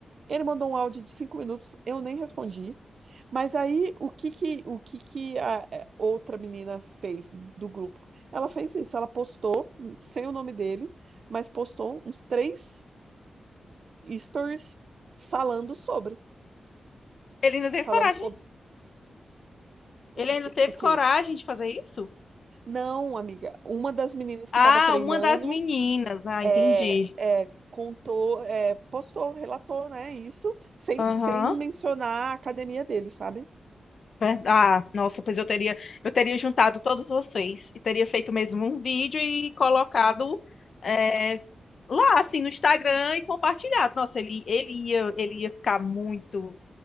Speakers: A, on the right (about 60°); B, on the left (about 60°).
A: ele mandou um áudio de cinco minutos, eu nem respondi. Mas aí, o que que, o que que a é, outra menina fez do grupo? Ela fez isso, ela postou, hum, sem o nome dele, mas postou uns três stories falando sobre,
B: Ele ainda teve
A: falando
B: coragem?
A: sobre o
B: Ele ainda
A: que,
B: teve
A: o quê?
B: coragem de fazer isso?
A: Não, amiga, uma das meninas
B: Ah,
A: que estava treinando
B: uma das meninas. Ah, entendi.
A: é, é, contou, é, postou, relatou, né? Isso sem,
B: Aham.
A: sem mencionar a academia dele, sabe?
B: Ver- Ah, nossa, pois eu teria, eu teria juntado todos vocês e teria feito mesmo um vídeo e colocado é, lá, assim, no Instagram e compartilhado. Nossa, ele, ele ia, ele ia ficar muito